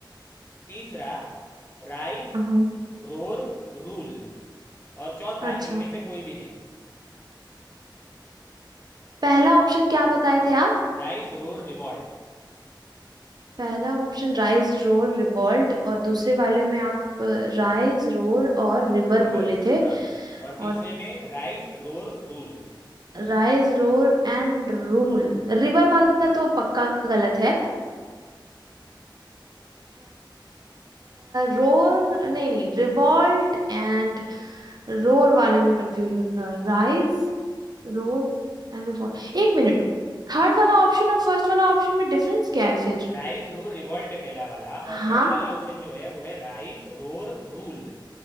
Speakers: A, on the left; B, on the right.
A: तीसरा राइस
B: हाँ,
A: रोर रूल और चौथा
B: अच्छा
A: इनमें से कोई भी नहीं
B: पहला ऑप्शन क्या बताए थे
A: राइस रोर रिवॉल्ट
B: पहला ऑप्शन राइज रोर रिवॉल्ट और दूसरे वाले में आप राइज रोर और रिवर
A: रिवर
B: बोले थे
A: हाँ और तीसरे
B: और
A: में rise roar rule
B: rise roar and rule River वाला तो पक्का गलत है रोर नहीं नहीं रिवॉल्ट एंड रोर वाले में confusion Rise roar and revolt एक मिनट थर्ड वाला ऑप्शन और फर्स्ट वाला ऑप्शन में डिफरेंस क्या है फिर
A: Rise roar revolt है पहला वाला और
B: हाँ
A: थर्ड वाला ऑप्शन जो है वो है राइस रोर रूल